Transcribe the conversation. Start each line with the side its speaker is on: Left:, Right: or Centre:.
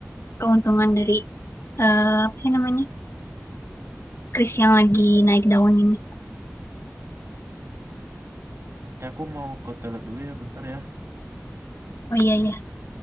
Left: keuntungan dari eh, apa sih namanya kris yang lagi naik daun ini.
Right: Ya, aku mau ke toilet dulu ya bentar ya.
Left: Oh iya ya,